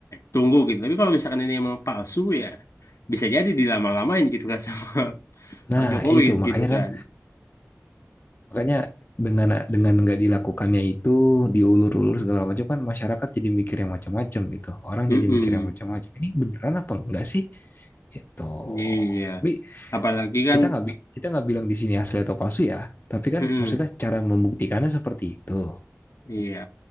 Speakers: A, on the left; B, on the left.
A: tunggu gitu. Tapi kalau misalkan ini emang palsu ya, bisa jadi dilama-lamain gitu kan sama <laughs>
B: nah
A: Pak Jokowi
B: itu makanya
A: gitu kan.
B: kan Makanya dengan dengan nggak dilakukannya itu diulur-ulur segala macam kan masyarakat jadi mikir yang macam-macam gitu. Orang
A: Mm-mm.
B: jadi mikir yang macam-macam. Ini beneran apa enggak sih? Gitu.
A: Iya,
B: Tapi
A: apalagi kan,
B: kita nggak kita nggak bilang di sini asli atau palsu ya. Tapi kan
A: mm-mm.
B: maksudnya cara membuktikannya seperti itu.
A: Iya.